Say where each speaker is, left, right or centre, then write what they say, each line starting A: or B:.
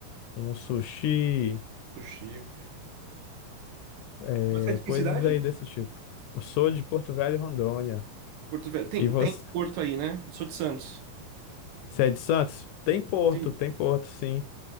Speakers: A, on the left; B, on the right.
A: um sushi,
B: Sushi.
A: é,
B: Você é de
A: coisas
B: que cidade?
A: aí desse tipo. Eu sou de Porto Velho, Rondônia.
B: Porto Velho. Tem,
A: E você?
B: tem Porto aí, né? Eu sou de Santos.
A: Você é de Santos? Tem porto,
B: Sim.
A: tem porto, sim.